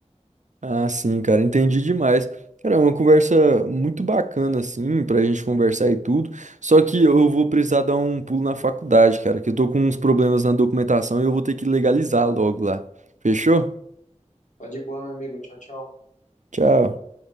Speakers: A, on the right; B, on the left.
A: Ah, sim, cara, entendi demais. Cara, é uma conversa muito bacana, assim, pra gente conversar e tudo. Só que eu vou precisar dar um pulo na faculdade, cara, que eu tô com uns problemas na documentação e eu vou ter que legalizar logo lá. Fechou?
B: Tá de boa, meu amigo. Tchau, tchau.
A: Tchau.